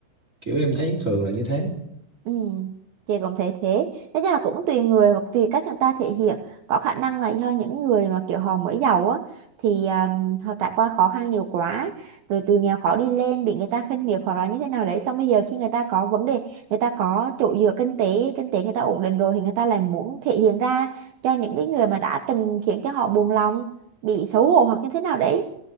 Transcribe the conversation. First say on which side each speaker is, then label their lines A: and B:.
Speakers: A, on the right (about 15°); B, on the right (about 70°).
A: kiểu em thấy thường là như thế
B: Ừ, chị cũng thấy thế. Nói chung là cũng tùy người và tùy cách người ta thể hiện. Có khả năng là do những người mà kiểu họ mới giàu á thì um, họ trải qua khó khăn nhiều quá, rồi từ nghèo khó đi lên bị người ta khinh miệt hoặc là như thế nào đấy. Xong bây giờ khi người ta có vấn đề, người ta có chỗ dựa kinh tế, kinh tế người ta ổn định rồi thì người ta lại muốn thể hiện ra cho những cái người mà đã từng khiến cho họ buồn lòng, bị xấu hổ hoặc như thế nào đấy.